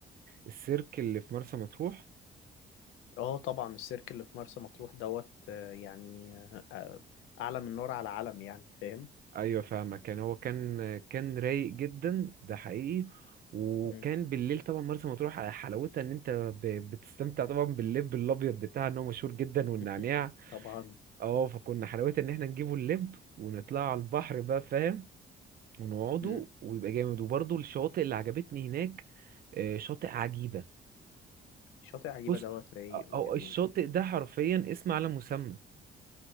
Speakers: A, on the right; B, on the left.
A: السيرك اللي في مرسى مطروح
B: اه طبعا السيرك اللي في مرسى مطروح دوت آه، يعني آه، آه، اعلى من نار على علم يعني فاهم
A: ايوه فاهمك كان هو كان كان رايق جدا ده حقيقي وكان
B: مم.
A: بالليل طبعا مرسى مطروح حلاوتها ان انت ب- بتستمتع طبعا باللب الابيض بتاعها ان هو مشهور جدا والنعناع
B: <laughs> طبعا
A: اه فكنا حلاوتها ان احنا نجيبه اللب ونطلع على البحر بقى فاهم ونقعده
B: مم.
A: ويبقى جامد وبرضه الشواطئ اللي عجبتني هناك آه، شاطئ عجيبة
B: شاطئ عجيبة
A: بص
B: دوت رايق
A: أو
B: وجميل
A: الشاطئ ده حرفيا اسم على مسمى